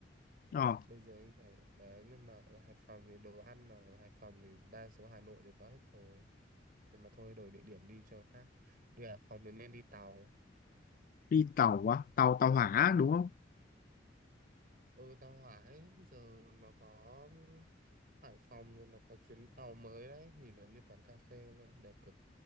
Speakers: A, on the left (about 50°); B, on the right (about 50°).
A: Ờ,
B: bây giờ anh thẳng đấy nhưng mà ở Hải Phòng thì đồ ăn là ở Hải Phòng thì đa số Hà Nội đều có hết rồi nhưng mà thôi đổi địa điểm đi cho khác đi Hải Phòng thì nên đi tàu
A: đi tàu á tàu tàu hỏa đúng không
B: ừ tàu hỏa ấy giờ nó có Hải Phòng rồi nó có chuyến tàu mới đấy nhìn nó như quán cà phê luôn đẹp cực